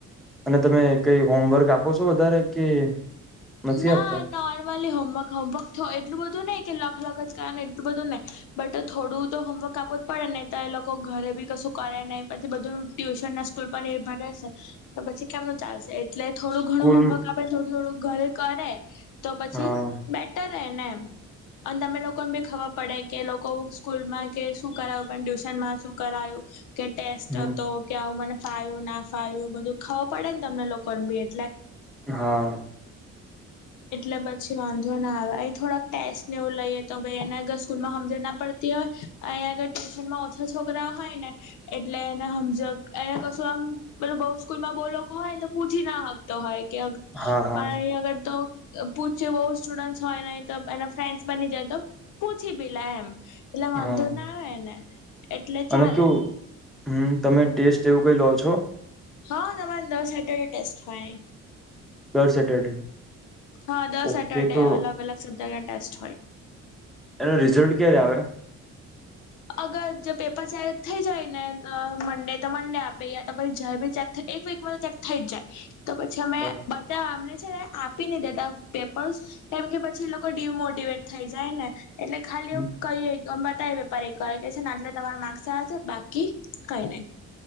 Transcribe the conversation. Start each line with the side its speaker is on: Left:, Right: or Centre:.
Centre: અને તમે કઈ હોમવર્ક આપો છો વધારે કે નથી
Left: ના
Centre: આપતા
Left: નોર્મલી હોમવર્ક હોમવર્ક થ એટલું બધું નહી કે અલગ જ કયા ને એટલું બધું નહી બટ થોડું તો હોમવર્ક આપવું જ પડે નહી તો એ લોકો ઘરે બી કશું કરે નહીં. પછી બધું ટ્યુશન ના સ્કૂલ પર નિર્ભર રહેશે તો પછી કેમનું ચાલશે એટલે થોડું
Centre: સ્કૂલ
Left: ઘણું હોમવર્ક આપે થોડું થોડું ઘરે કરે તો પછી
Centre: હા
Left: બેટર તેને. અને તમને લોકોને ભી ખબર પડે કે લોકો સ્કૂલમાં કે શું કરાવું પણ ટ્યુશનમાં શું કરાયું. કે ટેસ્ટ
Centre: હમ
Left: હતો કે આવું મને ફાયુંના ફાયું બધું ખબર પડેને તમને લોકોને બી એટલે
Centre: હા
Left: એટલે પછી વાંધો ના આવે અ થોડાક ટેસ્ટ ને એવું લઈએ તો ભાઈ એના સ્કૂલમાં સમજ ના પડ તેઓ અયા આગળ ટ્યુશનમાં ઓછા છોકરા હોયને એટલે એને હમજક એને કશું આમ મતલબ બઉ સ્કૂલ માં બોલોકો હોય ને તો પૂછી ના હકતો હોય <unintelligible>
Centre: હા હા
Left: પા અગર તો પૂછ બહ <unintelligible> સ્ટુડન્ટ હોય ન તો એના ફ્રેન્ડ બની જાય તો પૂછી બી લ એમ એટલે
Centre: હા
Left: વાંધો ના આવે ને એટલે
Centre: અને
Left: ચાલે
Centre: કેવું હમ, તમે ટેસ્ટ એવું કઈ લો છો?
Left: હા, તમારે દર સેટર્ડે ટેસ્ટ હોય.
Centre: દર સેટરડે.
Left: હા, દર
Centre: ઓકે
Left: સેટરડે
Centre: તો
Left: અલગ-અલગ શબ્દ ના ટેસ્ટ હોય.
Centre: એનું રિઝલ્ટ ક્યારે આવે?
Left: અગર જો પેપર ચેક થઈ જાય ને, તો મંડે તો મંડે આપી પહેલા તો જ્યારે ચેક થઈ જાય, એક વીકમાં તો ચેક થઈ જ જાય, તો પછી અમે
Centre: બરાબર
Left: બધા. છે ને, આપી નહીં દેતા પેપર્સ, કેમ કે પછી એ લોકો ડિમોટીવેટ થઈ જાય ને. એટલે ખાલી
Centre: હમ,
Left: કંઈ વેપાર એક કે છે, આટલે તમારા માકસ આયા છે. બાકી કંઈ નહીં.